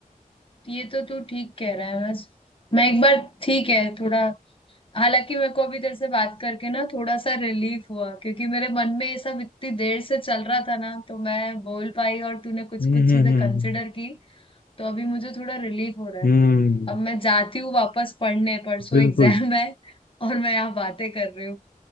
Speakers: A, on the left (about 35°); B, on the left (about 80°).
A: ये तो तू ठीक कह रहा है बस मैं एक बार ठीक है थोड़ा हालांकि मेरे को अभी तेरे से बात करके ना थोड़ा सा रिलीफ हुआ क्योंकि मेरे मन में ये सब इतनी देर से चल रहा था ना तो मैं बोल पाई और तूने कुछ
B: हम्म
A: कुछ चीजें
B: हम्म
A: कंसिडर
B: हम्म
A: की तो अभी मुझे थोड़ा रिलीफ हो रहा है
B: हम्म,
A: अब मैं जाती हूँ वापस पढ़ने परसों
B: बिल्कुल
A: एग्जाम है और मैं यहाँ बातें कर रही हूँ